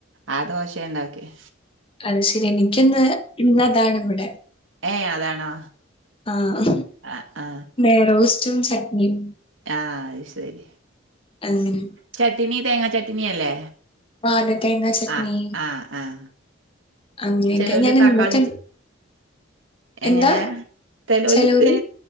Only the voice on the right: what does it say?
ആ ദോശേണ്ടാക്ക്യേ
ഏ അതാണോ
ആ ആ
ആഹ് അത് ശെരി
ചട്ട്നി തേങ്ങാ ചട്ട്ണില്ലേ
ആഹ് ആഹ് ആഹ്
ചെലോല്
തക്കാളി ച എങ്ങനെ
തെലോല്
തേ